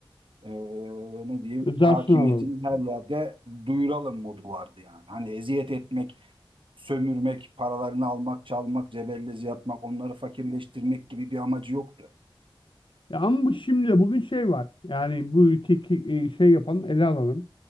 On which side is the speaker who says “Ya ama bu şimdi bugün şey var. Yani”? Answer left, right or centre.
Left